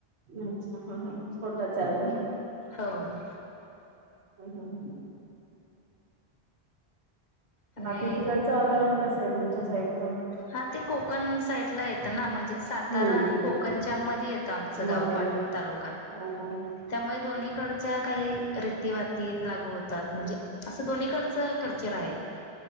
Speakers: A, on the right; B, on the left.
A: अच्छा हा हा छोट च आहे अजून.
B: हो हो.
A: हम् हम् ह
B: आणि
A: बाकी तिकडचं वातावरण कसं आहे तुमच्या साइडचं?
B: हा ते कोकण साईडला येतं ना म्हणजे सातारा
A: हम्म
B: आणि कोकणच्या मध्ये येतं आमचं
A: मध्ये
B: गाव पाटण. तालुका.
A: हो हो.
B: त्यामुळे दोन्हीकडच्या काही रीती-वाती लागू होतात म्हणजे असं दोन्हीकडचं कल्चर आहे